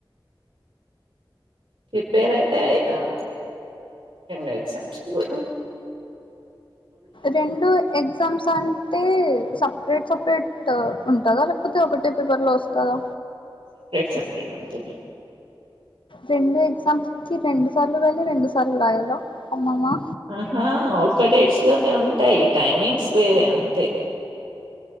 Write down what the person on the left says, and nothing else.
రెండో ఎగ్జామ్స్ అంటే సపరేట్ సపరేట్ ట్ ఉంటదా లేక్పోతే ఒకటే పేపర్లో ఒస్తదా?
రెండు ఎగ్జామ్స్ ఇచ్చి రెండు సార్లు వెళ్ళి రెండు సార్లు రాయాల అమ్మమ్మ.